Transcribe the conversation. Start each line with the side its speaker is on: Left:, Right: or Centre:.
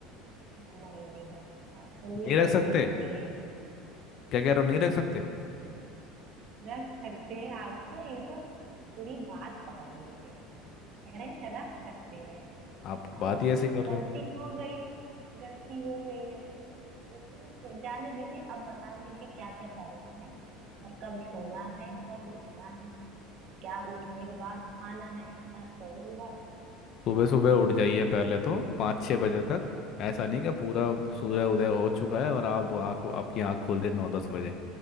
Right: हाँ, नहीं नहीं डॉक्टर साहब चलिए
Left: नहीं रख
Right: गलती
Left: सकते
Right: हो गई है
Left: क्या कह रहे हो नहीं रख सकते
Right: रख सकते हैं आपको एकदम पूरी बात पकड़ लेते हैं कह रहे हैं रख सकते हैं
Left: आप बात
Right: अब हम
Left: ही ऐसी कर रहे
Right: गलती
Left: हो
Right: हो गई गलती हो गई है तो इसमें तो जाने दीजिए अब बता दीजिए क्या क्या करना है और कब सोना है कब उठना है क्या उठने के बाद खाना है क्या सोने के बाद
Left: सुबह सुबह उठ जाइए पहले तो पाँच छः बजे तक ऐसा नहीं कि पूरा सूर्य उदय हो चुका है और आप आँख आपकी आँख खोल रही है नौ दस बजे